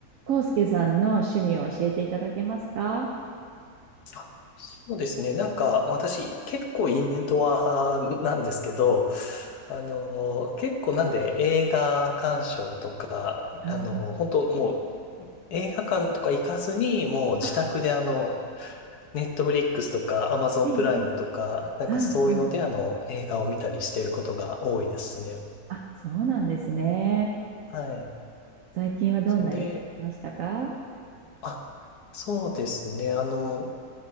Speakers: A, on the right; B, on the left.
A: 康介さんの趣味を教えていただけますか
B: あそうですね。なんか私結構インドア派なんですけど、あの、結構なんで映画鑑賞とか、
A: はい。
B: あの、本当もう映画館とか行かずに、もう自宅であの、
A: あ、
B: ネットフリックスとかアマゾンプライムとか、
A: ええ、ええ
B: なんかそういうのであの、
A: はい、はい。
B: 映画を見たりしてることが多いですね。
A: あ、そうなんですね。
B: はい。
A: 最近はどんな映画見ましたかは
B: それで、あ、そうですね。あの、